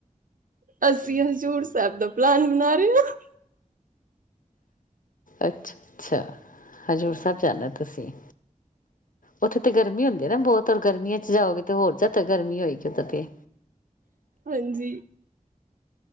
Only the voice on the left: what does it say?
ਅੱਛ- ਅੱਛਾ ਹਜ਼ੂਰ ਸਾਹਿਬ ਜਾਣਾ। ਤੁਸੀਂ ਉੱਥੇ ਤੇ ਗਰਮੀ ਹੁੰਦੀ ਨਾ ਬਹੁਤ ਰ ਗਰਮੀਆਂ ਚ ਜਾਓਗੇ। ਤੇ ਹੋਰ ਜਿਆਦਾ ਗਰਮੀ ਹੋਏਗੀ। ਓਦਾਂ ਤੇ